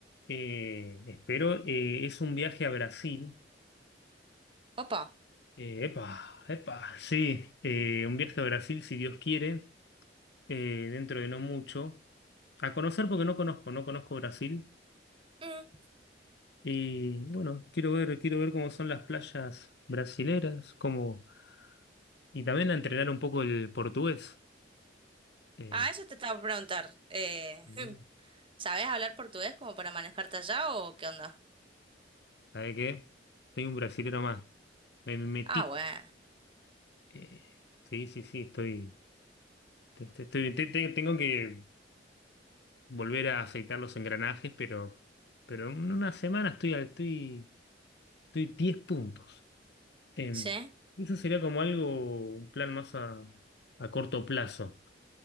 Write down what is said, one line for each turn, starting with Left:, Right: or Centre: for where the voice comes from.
Left: eh, espero, eh, es un viaje a Brasil.
Right: Opa.
Left: Eh, epa, epa, sí, eh, un viaje a Brasil, si Dios quiere, eh, dentro de no mucho. A conocer porque no conozco, no conozco Brasil.
Right: Mm.
Left: Y bueno, quiero ver, quiero ver cómo son las playas brasileras, cómo, y también a entrenar un poco el portugués. Eh,
Right: Ah, eso te estaba por preguntar. Eh,
Left: Mm.
Right: <laughs> ¿sabés hablar portugués como para manejarte allá o qué onda?
Left: ¿sabe qué? Soy un brasilero más. Me me metí.
Right: Ah, bueno.
Left: Eh, sí, sí, sí, estoy, estoy, estoy- te- te- tengo que volver a aceitar los engranajes, pero, pero en una semana estoy, al- estoy, estoy 10 puntos. Em,
Right: Sí,
Left: eso sería como algo, un plan más a, a corto plazo.